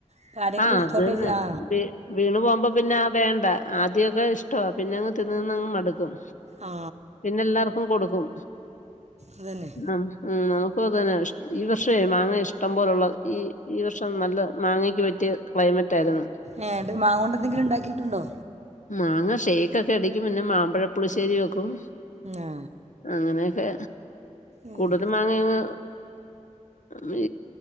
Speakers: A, on the right (about 60°); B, on the left (about 80°).
A: അപ്പം ആരെങ്കിലും
B: ആഹ്
A: എടുത്തോട്ടെ
B: അതന്നെ
A: ചെ- ആ
B: വീ വീണ് പോവുമ്പോ പിന്നെ വേണ്ട ആദ്യക്കെ ഇഷ്ട പിന്നെ അങ് തിന്ന് തിന്നങ്ങ് മടുക്കും.
A: ആ
B: പിന്നെ എല്ലാർക്കും കൊടുക്കും.
A: അത് ന്നെ.
B: ആഹ് ഉം നമുക്കും അതന്നെ ഇഷ്. ഈ വർഷേ മാങ്ങ ഇഷ്ടം പോലുള്ള ഈ ഈ വർഷം നല്ല മാങ്ങേ ക്ക് പറ്റിയ ക്ലൈമറ്റ് ആരുന്നു.
A: ഏ ഇത് മാങ്ങ കൊണ്ട് എന്തെങ്കിലും ഉണ്ടാക്കിയിട്ടുണ്ടോ
B: മാങ്ങ ഷേക്കൊക്കെ അടിക്കും പിന്നെ മാമ്പഴപ്പുളിശ്ശേരി വെക്കും.
A: ആ
B: അങ്ങനെയൊക്കെ
A: ഉം.
B: കൂടുതലും മാങ്ങങ്ങ് വീ.